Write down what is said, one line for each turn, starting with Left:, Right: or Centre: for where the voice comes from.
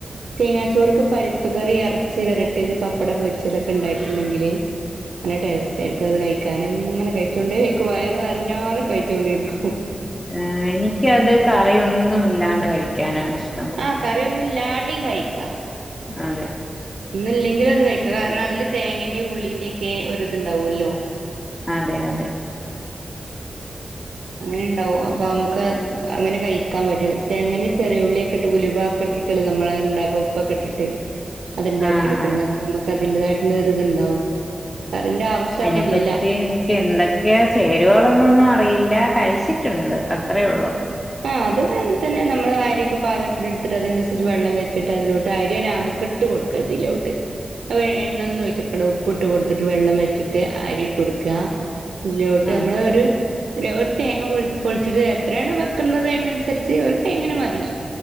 Right: തേങ്ങാച്ചോർക്ക് പരിപ്പ് കറി ഇറച്ചി വരട്ടിയത് പപ്പട പൊരിച്ചതൊക്കെ ഉണ്ടായിട്ടുണ്ടെങ്കില് നല്ല ടേസ്റ്റ് ആയിരിക്കും അത് കഴിക്കാനും ഇങ്ങനെ കഴിച്ചോണ്ടേയിരിക്കും വയറ് നിറഞ്ഞാലും കഴിച്ചോണ്ടേ ഇരിക്കും
Left: ആഹ് എനിക്കത് കറിയൊന്നും ഇല്ലാണ്ട് കഴിക്കാനാണ് ഇഷ്ട്ടം
Right: ആഹ് കറിയൊന്നും ഇല്ലാണ്ടേം കഴിക്കാം
Left: അതെ
Right: ഒന്ന് ഇല്ലെങ്കിൽ അത് കഴിക്ക കാരണം അതില് തേങ്ങിന്റെ ഉള്ളിന്റെ ഒക്കെ ഒരിതുണ്ടാവുമല്ലോ
Left: അതെ അതെ
Right: അങ്ങനെ ഉണ്ടാാവും അപ്പൊ നമുക്ക് അങ്ങനെ കഴിക്കാൻ പറ്റും തേങ്ങെ ചെറിയുള്ളിയൊക്കെ ഇട്ട് ഉലുവ ഒക്കെ ഇട്ടിട്ട് ഉപ്പല് നമ്മള ഇണ്ടാക്കണം ഉപ്പൊക്കെ ഇട്ടിട്ട് അത്ണ്ടാക്കി
Left: ആഹ്
Right: എടുക്കുന്നത്
Left: ആഹ്
Right: അപ്പൊ നമുക്ക് അതിന്റേതായിട്ടുള്ള ഒരിത്ണ്ടാവും കറിന്റെ ആവശ്യം
Left: അതിനെപ്പറ്റി
Right: അവിടെ ഇല്ല
Left: എനിക്ക് <unintelligible> ഒക്കെയ ചേരുവകളൊന്നൊന്നും അറിയില്ല കഴിച്ചിട്ടുണ്ട് അത്രേ ഉള്ളൂ
Right: ആഹ് അതെന്ന നമ്മള് അരിയൊക്കെ പാകത്തിന എടുത്തിട്ട് അതിനനുസരിച്ച് വെള്ളം വെച്ചിട്ട് അതിലോട്ടരി <unintelligible> ഇട്ട് കൊടുക്ക അതിലോട്ട്
Left: <inaudible>
Right: ആഹ് എണ്ണ ഒന്ന് വെച്ചിട്ടക്കണ്ട ഉപ്പ് ഇട്ട് കൊടുത്തിട്ട് വെള്ളം വെച്ചിട്ട് അരിയിട്ട് കൊടുക്കുക അതിലോട്ട്
Left: ആഹ്
Right: നമ്മള ഒരു ഒരു തേങ്ങ പൊള പൊളിച്ചിട്ട് എത്രയാണ് വെക്കുന്നത് അതിനനുസരിച് ഒരു തേങ്ങന്നെമതി